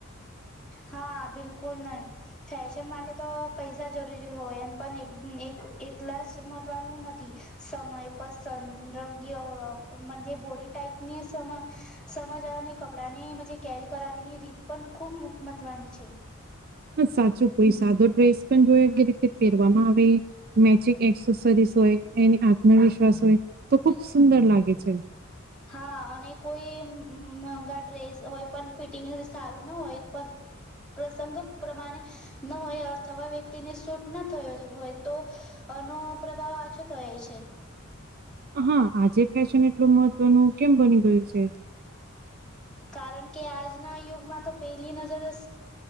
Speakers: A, in the centre; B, on the right.
A: હા બિલકુલ નહીં. ફેશન માટે તો પૈસા જરૂરી હોય પણ એલા જ મહત્વનું નથી. સમય પસંદ રંગી ઓળખજ બોડી ટાઈપની સમય. સમજ અને કપડાં ને કેરી કરાવીની રીત પણ ખૂબ મહત્વની છે.
B: હા, સાચું કોઈ સાદો ડ્રેસ પણ જોયો કે રીતે પહેરવામાં આવે. મેચિંગ એક્સેસરીસ હોય એની આત્મવિશ્વાસ હોય તો ખુબ સુંદર લાગે છે.
A: હા, અને કોઈ મોંઘા ડ્રેસ હોય પણ ફિટિંગ સારું ના હોય. પ્રસંગ પ્રમાણે ન હોય અથવા વ્યક્તિને શૂટ ન થયો હોય તો- અ નો પ્રભાવ આછો થાય છે.
B: હા આજે ફેશન એટલું મહત્વનું કેમ બની ગયું છે.
A: કારણ કે આજના યુગમાં તો પહેલી નજર